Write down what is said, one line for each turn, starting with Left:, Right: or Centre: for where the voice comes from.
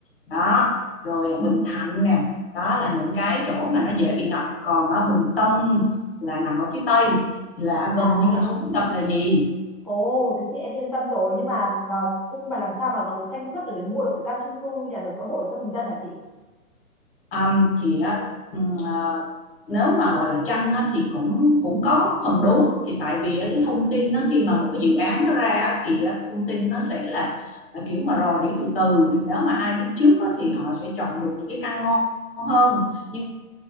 Left: đó rồi Bình Thạnh nè đó là những cái chỗ mà nó dễ bị ngập còn ở Bình Tân là nằm ở phía tây thì là
Right: À,
Left: gần như là không biết ngập là gì
Right: ồ, thế thì em yên tâm rồi. Nhưng mà nó, nhưng mà làm sao mà nó tranh suất được để mua được cái căn chung cư nhà ở xã hội cho bình dân hả chị?
Left: Ừm, thì á, à, nếu mà gọi là tranh á, thì cũng cũng có phần đúng thì tại vì cái thông tin nó khi mà một cái dự án nó ra thì thông tin nó sẽ là à, kiểu mà rò rỉ từ từ thì nếu mà ai biết trước á, thì họ sẽ chọn được những cái căn ngon hơn Nhưng